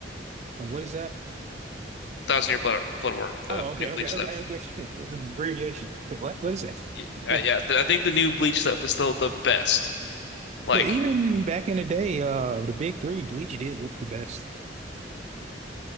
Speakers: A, on the right (about 40°); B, on the left (about 70°).
A: But what is that?
B: Thousand Year Blood Blood War,
A: Oh,
B: the
A: okay,
B: new
A: okay,
B: Bleach
A: okay.
B: stuff.
A: That's <laughs> the abbreviation. It's Like, what? What is that?
B: yeah, yeah,
A: <laughs>
B: th- I think the new Bleach stuff is still the best. Like,
A: But even back in the day, uh, the big three, Bleach did look the best.